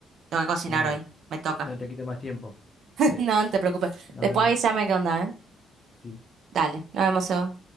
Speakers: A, on the right (about 70°); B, on the left (about 35°).
A: tengo que cocinar
B: Dale,
A: hoy, me toca.
B: no te quito más tiempo. Sí,
A: No, no te preocupes.
B: nos
A: Después
B: vemos.
A: avísame qué onda, ¿eh?
B: Sí.
A: Dale, nos vemos, Seba.